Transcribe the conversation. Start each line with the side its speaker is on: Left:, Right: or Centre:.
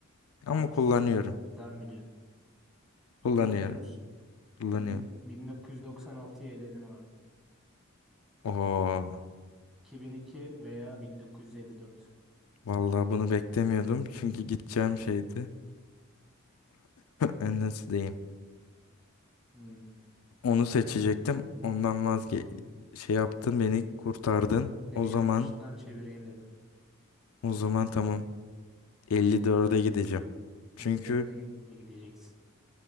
Left: Ama
Centre: Abi
Left: kullanıyorum.
Centre: s- sen biliyorsun.
Left: Kullanıyorum.
Centre: Kullanıyor musun?
Left: Kullanıyorum.
Centre: Bin- 1996'yı eledim abi.
Left: Oo.
Centre: 2002 veya 1954.
Left: Vallahi bunu beklemiyordum. Çünkü gideceğim şeydi. Enes'deyim.
Centre: Hmm,
Left: Onu seçecektim. Ondan vazge şey yaptın beni kurtardın.
Centre: seni
Left: O zaman
Centre: yanlıştan çevireyim dedim.
Left: o zaman tamam. 54'e gideceğim. Çünkü
Centre: 54'e git mi gideceksin?